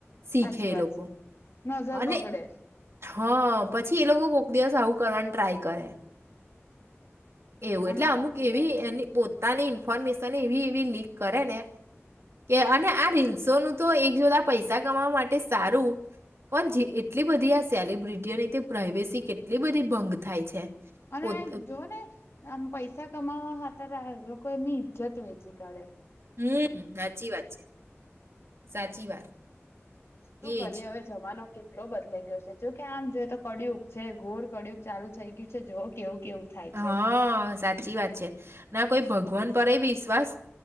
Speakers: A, on the right (about 65°); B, on the left (about 65°).
A: શીખે
B: હાચી
A: એ
B: વાત
A: લોકો
B: છે, નજર
A: અને
B: બગડે.
A: હા, પછી એ લોકો કોક દિવસ આવું કરવાનું ટ્રાય કરે. એવું,
B: ના
A: એટલે
B: ના
A: અમુક
B: સાચી
A: એવી
B: વાત છે
A: એની પોતાની ઇન્ફોર્મેશન એવી-એવી લીક કરે ને કે અને આ રીલ્સોનું તો એક જોતા પૈસા કમાવા માટે સારું, પણ જે એટલી બધી આ સેલિબ્રિટીઓની તે પ્રાઇવેસી કેટલી બધી ભંગ થાય છે.
B: અને
A: પોત
B: જોવ ને આમ પૈસા કમાવા હતાર લોક કો એમની ઈજ્જત વેચી કાઢે.
A: હમ્મ, સાચી વાત છે, સાચી વાત. એજ
B: શું કરી હવે જમાનો કેટલો બદલાઈ ગયો છે, જોકે આમ જોઈ તો કળયુગ છે, ઘોર કળયુગ ચાલુ થઈ ગયું છે. જોવો કેવું થાય
A: હા,
B: છે
A: સાચી વાત છે. ના કોઈ ભંગ વન પરએય વિશ્વાસ